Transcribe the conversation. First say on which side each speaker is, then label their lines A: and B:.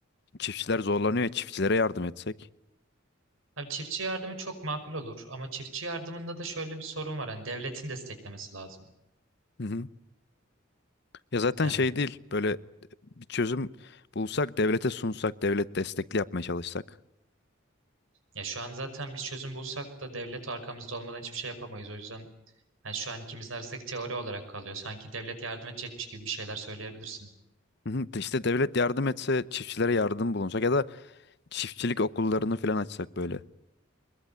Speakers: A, on the left (about 55°); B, on the right (about 85°).
A: Çiftçiler zorlanıyor ya çiftçilere yardım etsek.
B: Abi çiftçi yardımı çok makul olur ama çiftçi yardımında da şöyle bir sorun var. Hani devletin desteklemesi lazım.
A: Hı hı. Ya zaten
B: Yani
A: şey değil böyle bir çözüm bulsak devlete sunsak devlet destekli yapmaya çalışsak.
B: ya şu an zaten bir çözüm bulsak da devlet arkamızda olmadan hiçbir şey yapamayız. O yüzden hani şu an ikimizin arasındaki teori olarak kalıyor. Sanki devlet yardım edecekmiş gibi bir şeyler söyleyebilirsin.
A: Hı hı, İşte devlet yardım etse çiftçilere yardım bulunsak ya da çiftçilik okullarını falan açsak böyle.